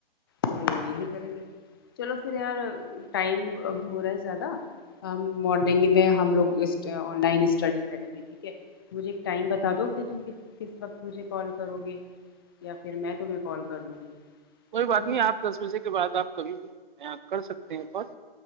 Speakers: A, on the left; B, on the right.
A: تو یہی کریں گے چلو پھر یار ٹائم اب ہو رہا ہے زیادہ ہم مارننگ میں ہم لوگ آن لائن اسٹڈی کریں گے ٹھیک ہے مجھے ایک ٹائم بتا دو کہ تم کس وقت مجھے کال کرو گے یا پھر میں تمہیں کال کر لوں
B: کوئی بات
A: تم
B: نہیں آپ دس بجے کے بعد آپ کبھی بھی یہاں کر سکتے ہیں پس